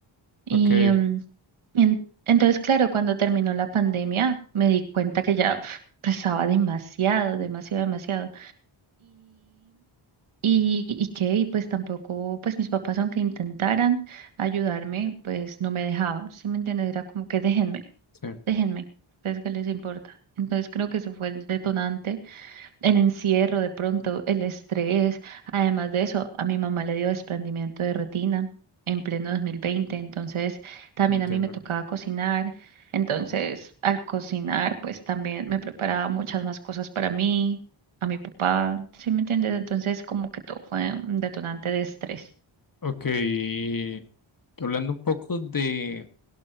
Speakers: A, on the right; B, on the left.
A: Y,
B: ok,
A: mm, en- entonces, claro, cuando terminó la pandemia, me di cuenta que ya uf, pesaba demasiado, demasiado, demasiado. Y, y que y pues tampoco, pues mis papás aunque intentaran ayudarme, pues no me dejaban, ¿sí me entiendes? Era como que déjenme,
B: sí,
A: déjenme, pues que les importa. Entonces creo que eso fue el detonante el encierro de pronto, el estrés. Además de eso, a mi mamá le dio desprendimiento de retina en pleno 2020, entonces también
B: entiendo.
A: a mí me tocaba cocinar. Entonces, al cocinar, pues también me preparaba muchas más cosas para mí, a mi papá, ¿sí me entiendes? Entonces, como que todo fue un detonante de estrés.
B: Ok, y hablando un poco de,